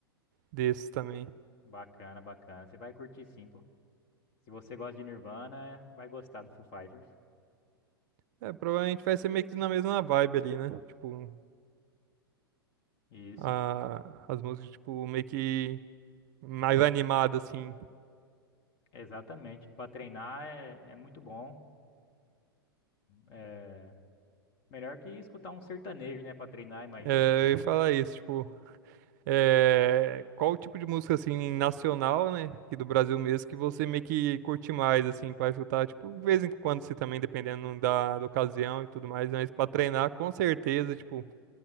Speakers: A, on the right (about 50°); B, on the left (about 40°).
A: desses também.
B: Bacana, bacana. Você vai curtir sim, pô. Se você gosta de Nirvana, é, vai gostar do Foo Fighters.
A: É, provavelmente vai ser meio que na mesma vibe ali, né? Tipo,
B: Isso,
A: a, as músicas, tipo, meio que mais animado, assim.
B: exatamente. Pra treinar é, é muito bom. É melhor que escutar um sertanejo, né? Pra treinar, imagina.
A: É, Eu ia falar isso, tipo, é, qual o tipo de música, assim, nacional, né? Que do Brasil mesmo, que você meio que curte mais, assim, pra escutar, tipo, de vez em quando, se também, dependendo da, da ocasião e tudo mais, mas pra treinar, com certeza, tipo,